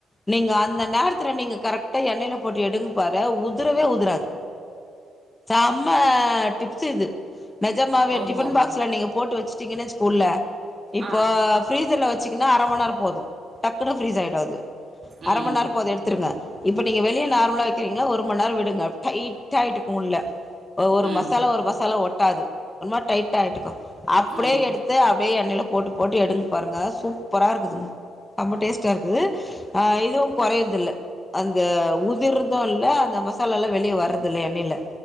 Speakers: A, on the left; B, on the right.
A: நீங்க அந்த நேரத்துல நீங்க கரெக்டா எண்ணெய்ல போட்டு எடுங்க பாரு உதுரவே உதுராது சம்ம டிப்ஸ் இது நெஜமாவே
B: ஓஹோ
A: டிஃபன் பாக்ஸ்ல நீங்க போட்டு வச்சுட்டீங்கன்னு வச்சுக்க உள்ள இப்ப
B: ஆ
A: ஃப்ரீஸ்சர்ல வச்சுகுன்னா அர மண்நேரோ போது டக்குனு ஃப்ரீஸ் ஆயிடு அது
B: ம்
A: அர மண்நேரோ போது எடுத்துருங்க இப்ப நீங்க வெளியே நார்மலா வைக்கிறீங்ளா ஒரு மண்நேரோ உடுங்க டைட்டாயிட்டுக்குள்ள ஓ ஒரு
B: ம்
A: மசாலா ஒரு மசாலா ஒட்டாது ஒர்மார் டைட்டாயிட்டுக்கு அப்டியே
B: ம்
A: எடுத்து அப்டே எண்ணய்ல போட்டு போட்டு எடுங் பாருங்க சூப்பராருக்குதுங் ரொம்ப டேஸ்டாருக்குது ஆ இது குறையருதுல்ல அந்த உதிர்துல்ல அந்த மசாலல்லா வெளிய வர்றதுல்ல எண்ணெய்ல